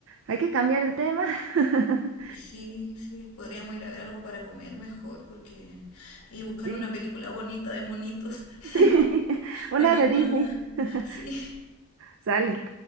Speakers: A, on the right (about 60°); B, on the left (about 80°).
A: hay que cambiar el tema. <laughs>
B: Y sí, sí, podríamos ir a ver algo para comer mejor, porque... Y buscar
A: Sí,
B: una película bonita de monitos <laughs>
A: sí, <laughs> una
B: animada.
A: de Disney. <laughs>
B: Sí.
A: Sale.